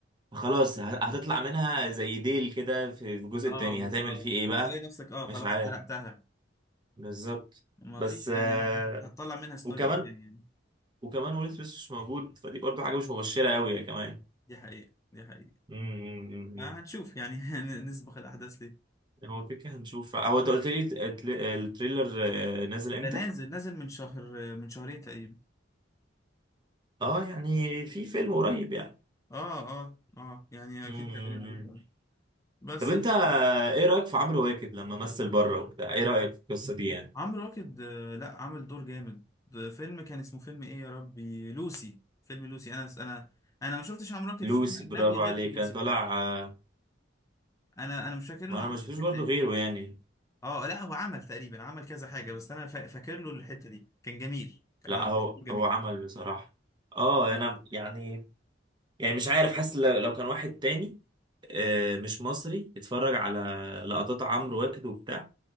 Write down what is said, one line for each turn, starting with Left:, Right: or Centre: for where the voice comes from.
Right: فخلاص ه- هتطلع منها زي ديل كده في الجزء
Left: اه
Right: التاني
Left: بالظبط
Right: هتعمل فيه ايه بقى
Left: هتلاقي نفسك اه خلاص
Right: مش عارف
Left: حرقتها
Right: بالظبط
Left: ما
Right: بس
Left: فيش يعني
Right: آه،
Left: ه- هتطلع منها ستوري
Right: وكمان
Left: ايه تاني يعني
Right: وكمان ويل سميث مش موجود فدي برضو حاجة مش مبشرة قوي يا كمان
Left: دي حقيقة دي حقيقة
Right: امم
Left: آه هنشوف يعني <laughs> نسبق الأحداث ليه
Right: هو كده كده هنشوف هو انت قلت لي الت- التريلر آه، نازل امتى؟
Left: ده نازل نازل من شهر من شهرين تقريبا
Right: اه يعني في فيلم قريب يعني
Left: اه اه اه يعني
Right: مم.
Left: اكيد شغالين عليه فعلا بس
Right: طب انت ايه رأيك في عمرو واكد لما مثل بره وبتاع ايه رأيك في القصة دي يعني
Left: عمرو واكد آه، لا عامل دور جامد ده فيلم كان اسمه فيلم ايه يا ربي لوسي فيلم لوسي انا انا انا ما شفتش عمرو واكد
Right: لوسي
Left: في فيلم اجنبي
Right: برافو
Left: غير
Right: عليك
Left: في لوسي
Right: كان طالع
Left: بصراحة
Right: آه،
Left: انا انا مش فاكر له
Right: ما انا
Left: عمل
Right: ما شفتوش
Left: حاجة
Right: برضو
Left: تاني
Right: غيره يعني
Left: اه لا هو عمل تقريبا عمل كذا حاجة بس انا فا- فاكر له الحتة دي كان جميل كان
Right: لا
Left: عامل
Right: هو
Left: كان دور جميل
Right: هو عمل بصراحة اه انا يعني يعني مش عارف حاسس لو لو كان واحد تاني آه، مش مصري اتفرج على لقطات عمرو واكد وبتاع